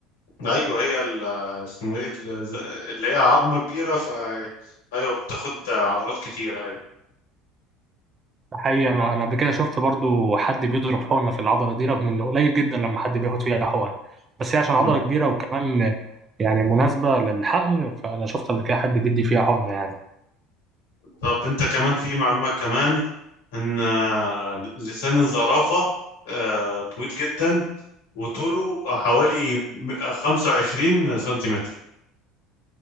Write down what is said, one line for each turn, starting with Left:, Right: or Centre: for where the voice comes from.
Left: ايوه هي ال- اسمه ايه ال- ز- اللي هي عظمه كبيره ف ايوه بتاخد عضلات كتير ايوه
Right: حقيقة أنا أنا قبل كده شفت برضو حد بيضرب حقنة في العضلة دي رغم إنه قليل جدا لما حد بياخد فيها حقن بس هي عشان
Left: مم.
Right: عضلة كبيرة وكمان يعني مناسبة للحقن فأنا شفت قبل كده حد بيدي فيها حقنة يعني
Left: طب انت كمان في معلومه كمان ان آه، لسان الزرافه آه، طويل جدا وطوله حوالي م- 25 سنتيمتر